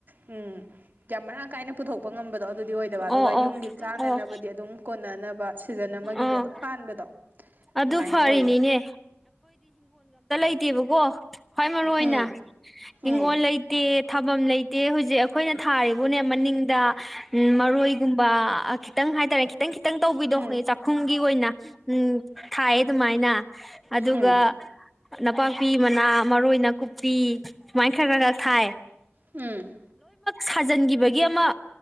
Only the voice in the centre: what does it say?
ꯑꯣ
ꯑꯣ
ꯑꯣ
ꯑꯥ
ꯑꯗꯨ ꯐꯔꯤꯅꯤꯅꯦ
ꯇꯦꯕ ꯀꯣ ꯈ꯭ꯋꯥꯏ ꯃꯔꯨ ꯑꯣꯏꯅ
ꯍꯤꯡꯒꯣꯜ ꯂꯩꯇꯦ ꯊꯥꯐꯝ ꯂꯩꯇꯦ ꯍꯧꯖꯤꯛ ꯑꯩꯈꯣꯏꯅ ꯊꯥꯔꯤꯕꯨꯅꯦ ꯃꯅꯤꯡꯗ ꯎꯝ ꯃꯔꯣꯏꯒꯨꯝꯕ ꯑ ꯈꯤꯇꯪ ꯍꯥꯏꯇꯥꯔꯦ ꯈꯤꯇꯪ ꯈꯤꯇꯪ ꯇꯧꯕꯤꯗꯣ
ꯑꯩ ꯆꯥꯛꯈꯨꯝꯒꯤ ꯑꯣꯏꯅ ꯎꯝ ꯊꯥꯏꯌꯦ ꯑꯗꯨꯃꯥꯏꯅ ꯑꯗꯨꯒ
ꯅꯄꯥꯛꯄꯤ ꯃꯅꯥ ꯃꯔꯣꯏ ꯅꯥꯀꯨꯞꯄꯤ ꯁꯨꯃꯥꯢ ꯈ꯭ꯔ ꯈ ꯈꯛ ꯊꯥꯏ
ꯁꯥꯖꯤꯟꯈꯤꯕꯒꯤ ꯑꯃ